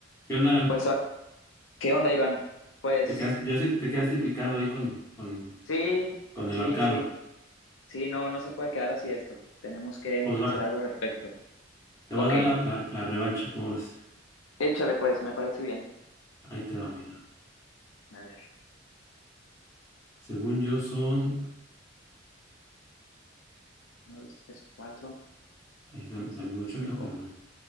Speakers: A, on the left; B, on the left.
A: ¿Qué onda, Alan?
B: Pues, ah, ¿qué onda, Iván? Pues,
A: Te quedas, ya sé que te quedaste picado ahí con, con,
B: sí,
A: con
B: sí,
A: el ahorcado.
B: sí, sí, no, no se puede quedar así esto. Tenemos que
A: Pues
B: hacer
A: va,
B: algo al respecto.
A: te
B: Ok,
A: voy a dar la, la, la revancha, ¿cómo ves?
B: échale pues, me parece bien.
A: Ahí te va, mira.
B: A ver,
A: Según yo son...
B: uno, dos, tres, cuatro,
A: Ahí sa- me salió muy
B: cinco,
A: chueca, pero bueno.